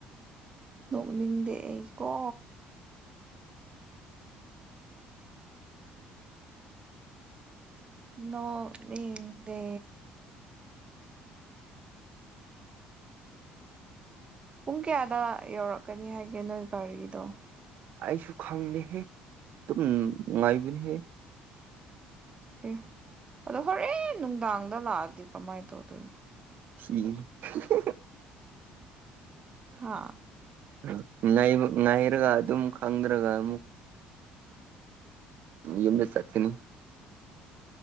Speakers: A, on the right; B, on the right.
A: ꯅꯣꯛꯅꯤꯡꯗꯦ ꯑꯩꯀꯣ ꯅꯣꯛꯅꯤꯡꯗꯦ ꯄꯨꯡ ꯀꯌꯥꯗ ꯌꯧꯔꯛꯀꯅꯤ ꯍꯥꯏꯒꯦ ꯅꯣꯏ ꯒꯥꯔꯤꯗꯣ
B: ꯑꯩꯁꯨ ꯈꯪꯗꯦꯍꯦ ꯑꯗꯨꯝ ꯅꯨꯡꯉꯥꯏꯕꯅꯤꯍꯦ
A: ꯑꯦ ꯑꯗꯣ ꯍꯣꯔꯦꯟ ꯅꯨꯡꯗꯥꯡꯗ ꯂꯥꯛꯑꯗꯤ ꯀꯃꯥꯏ ꯇꯧꯗꯣꯏ
B: <unintelligible>
A: ꯍꯥ
B: ꯑ ꯀꯩꯅꯣ ‌ꯅꯩꯔ‌ꯒꯑꯗꯨꯝ ꯈꯪꯗ꯭ꯔꯒ ꯑꯃꯨꯛ ꯌꯨꯝꯗ ꯆꯠꯀꯅꯤ